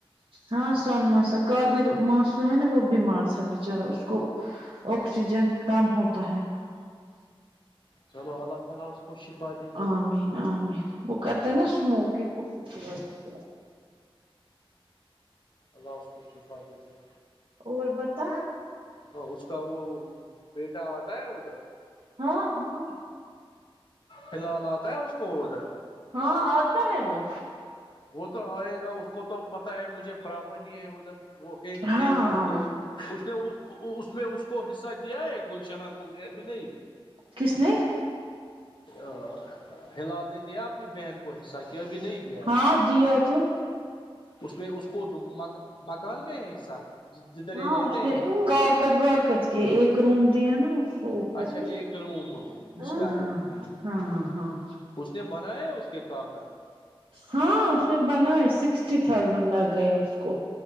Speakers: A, on the right; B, on the left.
A: ہاں سون ماسا کاادر ماسو ہے نا وہ بیمار تھا بچارا اس کو آکسیجن کم ہوتا ہے
B: چلو اللہ تعالیظ کو شپا دی
A: امین امین وہ کرتا ہے نا اسموکنگ اس وجہ سے
B: اللہہ اس کو شفا د دیتں
A: اور بت
B: ہ اس کا وہ بیٹا آتا ہے ادھر
A: ہاں ہاں
B: فیلحال آتا ہے اس کو ادھر
A: ہاں اور تو ہےبو
B: وہ تو آئے گا اس کو تو پتاہ ہے مجھے پراپرٹی ہے ادھر وہ ایک
A: ہاں
B: ایک د دوست اس نے وہ اس میں اس کو حصہ دیا ہے گلشناہ کو گیا بھی نہیں
A: کس نے
B: ا فیلال نے دیا اپنی بہن کو حصہ کیا ابھی نہیں دیا
A: ہاں
B: ہے
A: جی اجو
B: اس میں اس کو دک مک مکان میں ہے حصہ جدھر یہ
A: ہاں
B: رہتے
A: اس
B: ہے
A: نے کاقد واقد کے ایک روم دیا نا اس کو اوپر
B: اچھا ایک روم
A: ہاں
B: اس کا ہے ٹھیک
A: ہاں
B: ٹھیک
A: ہاں
B: اس نے بناائے ہے اس کے کاغذ
A: ہاں اس نے بناائے سکسٹی تھازینڈ لگ گئے اس کو